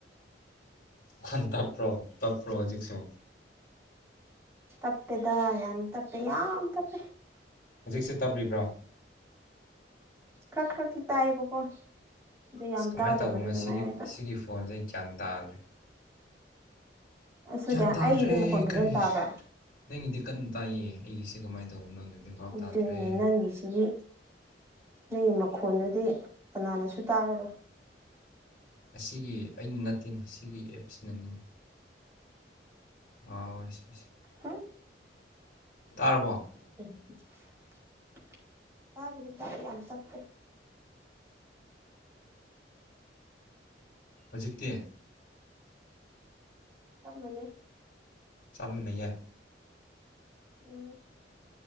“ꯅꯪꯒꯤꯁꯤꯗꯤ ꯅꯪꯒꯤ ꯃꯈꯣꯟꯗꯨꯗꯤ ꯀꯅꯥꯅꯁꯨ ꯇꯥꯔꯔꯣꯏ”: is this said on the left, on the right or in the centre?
Right